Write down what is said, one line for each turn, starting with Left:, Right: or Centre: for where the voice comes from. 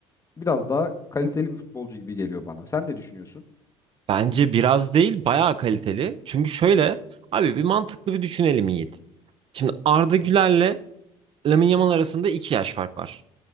Left: biraz daha kaliteli bir futbolcu gibi geliyor bana. Sen ne düşünüyorsun?
Right: Bence biraz değil, bayağı kaliteli. Çünkü şöyle, abi bir mantıklı bir düşünelim Yiğit. Şimdi Arda Güler'le Lamine Yamal arasında 2 yaş fark var.